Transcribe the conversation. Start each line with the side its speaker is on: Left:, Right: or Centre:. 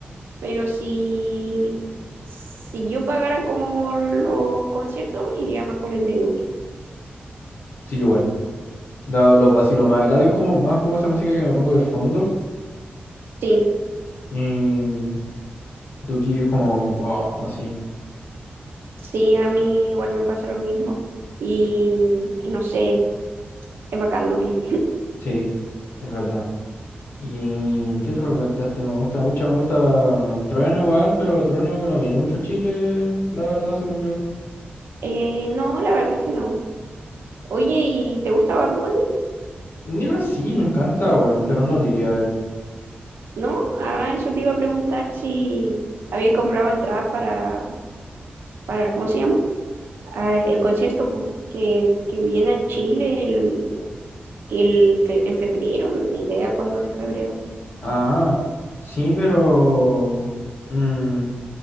Right: pero si, si yo pagara como los conciertos, iría más por el de Duki.
Left: Sí, yo igual. la- los vacilo más. Eladio es como más como esa música que me pongo de fondo.
Right: Sí,
Left: Y Duki es como, wow, así.
Right: sí, a mí igual me pasa lo mismo. Y, y no sé, Es bacán, Duki.
Left: Sí, es verdad. ¿Y qué otro cantaste? Me gusta mucho, me gusta Trueno igual, pero Trueno no viene mucho a Chile, la verdad, según yo.
Right: Eh, no, la verdad es que no. Oye, ¿y te gusta Bad Bunny?
Left: Mira, sí, me encanta, weón, pero no lo iría a ver.
Right: ¿No? Ah, eso te iba a preguntar si había comprado entradas para, para ¿cómo se llama? Ah, el concierto po, que, que viene a Chile el, el fe- en febrero, ni idea cuándo de febrero.
Left: Ah, sí, pero... mm,